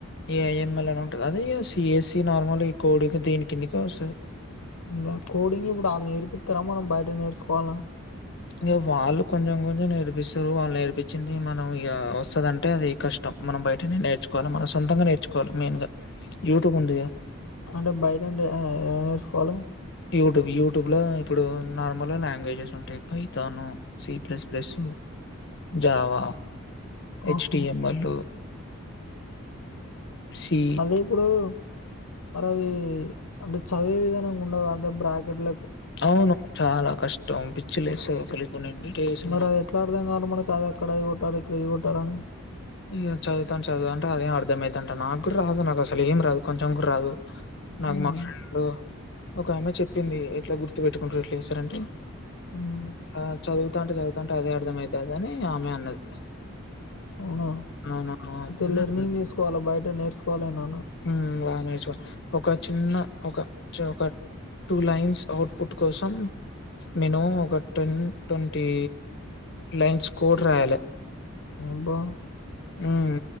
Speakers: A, on the left; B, on the left.
A: ఏఐఎంఎల్ అని ఉంటాది ఇగ సిఎసి అదే నార్మల్ ఈ కోడింగ్ దీని కిందకే వస్తాది
B: నా కోడింగ్ ఇప్పుడు వాళ్ళు నేర్పిత్తారా మనం బయట నేర్చుకోవాలా
A: ఇంక వాళ్ళు కొంచెం కొంచెం నేర్పిస్తారు వాళ్ళు నేర్పించింది మనం ఇగ వస్తదంటే అది కష్టం మనం బయటనేే నేర్చుకోవాలి మనం సొంతంగా నేర్చుకోవాలి మెయిన్ గా యూట్యూబ్ ఉందిగా
B: అంటే బయట అంటే ఫాలో
A: యూట్యూబ్ యూట్యూబ్ లో ఇప్పుడు నార్మల్గా లాంగ్వేజెస్ ఉంటాయి పైతాను సి ప్లస్ ప్లాస్ జావా హెచ్టిఎంఎల్
B: ఆహా!
A: సి
B: అదే ఇప్పుడు మరి అవి అంటే చదివే విధానంగా ఉండవు అంత బ్రాకెట్లు
A: అవును చాలా కష్టం పిచ్చిలేస్తది అసలు ఇప్పుడు నేను బీటెక్ చేసిన
B: మరి
A: నాకు
B: అది ఎట్లా అర్థం కాల మనకు అదార్ ఇక్కడ ఇది కొట్టాలి ఇక్కడ ఇది కొట్టాలని
A: ఇగ చదువుతాను చదువుఅంటే అదేం అర్థం అయితాంటాది నాక్కూడ రాదు నాకు అసలు ఏం రాదు కొంచెం కూడ రాదు నాకు
B: హ్మ్.
A: మా ఫ్రెండ్ ఒక ఆమె చెప్పి చెప్పింది ఎట్లా గుర్తు పెట్టుకుంటారు ఎట్లా చేస్తారంటే
B: హ్మ్.
A: ఆ చదువుతాంటే చదువుతాంటే అదే అర్ధం అయితాదని ఆమె అన్నది
B: అవున మ్
A: అవునవును.
B: అంటే
A: అని
B: లిర్నింగ్
A: అన్నా.
B: తీసుకోవాల బయట నేర్చుకోలే నిను
A: హ్మ్. బాగా ఒక చిన్న ఒక ఒక టూ లైన్స్ అఔట్పుట్ కోసం మినిమం ఒక టెన్ ట్వంటీ లైన్స్ కోడ్ రాయాలి
B: అబ్బా
A: ఉమ్